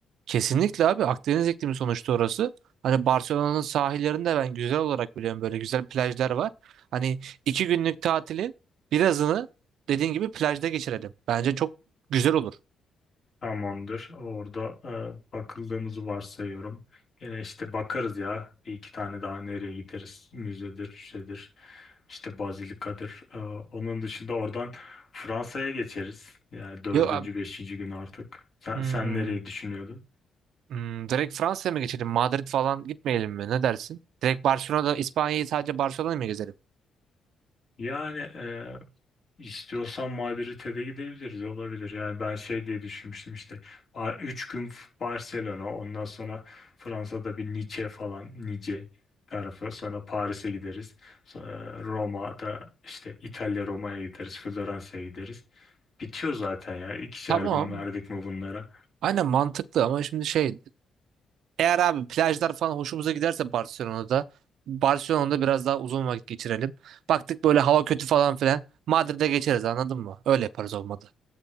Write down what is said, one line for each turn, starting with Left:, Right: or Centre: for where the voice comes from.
Right: kesinlikle abi Akdeniz iklimi sonuçta orası. Hani Barcelona'nın sahillerinde ben güzel olarak biliyorum böyle güzel plajlar var. Hani iki günlük tatilin birazını dediğin gibi plajda geçirelim. Bence çok güzel olur.
Left: Tamamdır. Orada e, bakıldığımızı varsayıyorum. Gene işte bakarız ya. Bir iki tane daha nereye gideriz? Müzedir, şeydir, işte Bazilika'dır. E, onun dışında oradan Fransa'ya geçeriz. Yani dördüncü,
Right: Yo,
Left: beşinci gün artık. Sen,
Right: hmm.
Left: sen nereyi düşünüyordun?
Right: Hmm, direkt Fransa'ya mı geçelim? Madrid falan gitmeyelim mi? Ne dersin? Direkt Barcelona'da İspanya'yı sadece Barcelona'yı mı gezelim?
Left: Yani e, İstiyorsan Madrid'e de gidebiliriz olabilir. Yani ben şey diye düşünmüştüm işte 3 gün F- Barcelona ondan sonra Fransa'da bir Nice falan Nice tarafı sonra Paris'e gideriz. Sonra Roma'da işte İtalya Roma'ya gideriz Floransa'ya gideriz. Bitiyor zaten ya ikişer
Right: Tamam.
Left: gün verdik mi bunlara.
Right: Aynen mantıklı ama şimdi şey eğer abi plajlar falan hoşumuza giderse Barcelona'da Barcelona'da biraz daha uzun vakit geçirelim. Baktık böyle hava kötü falan filan Madrid'e geçeriz anladın mı? Öyle yaparız olmadı.